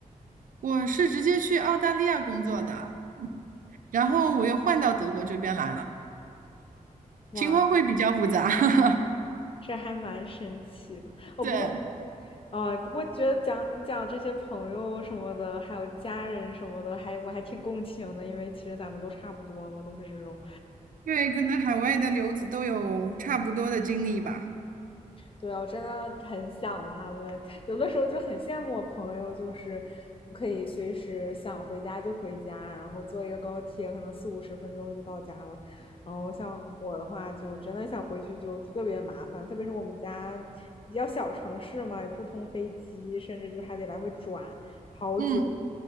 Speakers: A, on the right; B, on the left.
A: 我是直接去澳大利亚工作的，然后我又换到德国这边来了，
B: 哇，
A: 情况会比较复杂。<laughs>
B: 这还蛮神奇的。哦，
A: 对，
B: 不过，哦，不过觉得讲你讲这些朋友什么的，还有家人什么的，还我还挺共情的，因为其实咱们都差不多嘛，都是这种
A: 因为可能海外的留子都有差不多的经历吧。
B: 对啊，我真的很想他们，<laughs> 有的时候就很羡慕我朋友，就是可以随时想回家就回家，然后坐一个高铁，可能四五十分钟就到家了。然后像我的话，就真的想回去就特别麻烦，特别是我们家比较小城市嘛，也不通飞机，甚至就还得来回转好久，
A: 嗯，